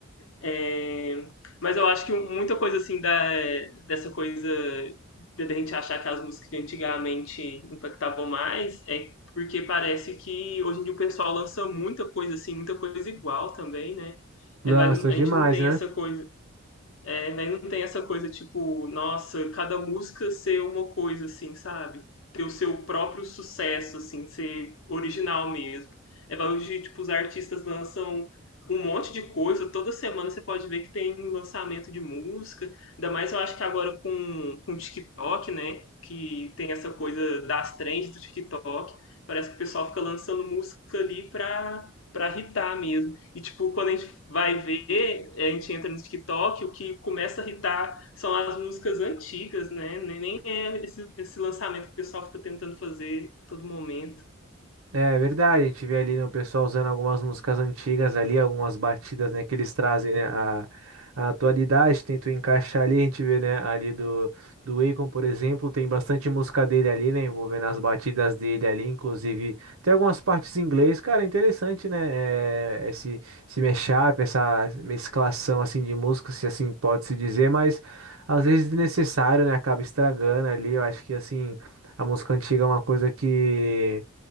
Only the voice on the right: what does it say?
Lança
demais,
né?
É é verdade, a gente vê ali, né, o pessoal usando algumas músicas antigas ali, algumas batidas, né, que eles trazem, né, a, a atualidade, tentam encaixar ali, a gente vê, né, ali do, do Akon, por exemplo, tem bastante música dele ali, né, envolvendo as batidas dele ali, inclusive tem algumas partes em inglês, cara, é interessante, né, é, esse, esse mashup, essa mesclação, assim, de músicas, se assim pode-se dizer, mas às vezes desnecessário, né, acaba estragando ali, eu acho que, assim, a música antiga é uma coisa que